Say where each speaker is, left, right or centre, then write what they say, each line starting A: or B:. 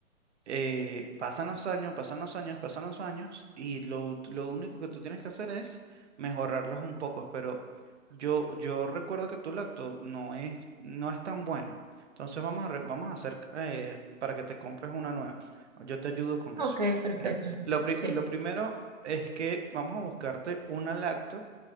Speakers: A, on the right; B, on the right.
A: eh, pasan los años, pasan los años, pasan los años y lo, lo único que tú tienes que hacer es mejorarlas un poco, pero yo, yo recuerdo que tu lacto no es, no es tan buena. Entonces vamos a, re- vamos a hacer eh, para que te compres una nueva. Yo te ayudo con
B: Ok,
A: eso.
B: perfecto.
A: Mira, lo, pri-
B: Sí,
A: lo primero es que vamos a buscarte una lacto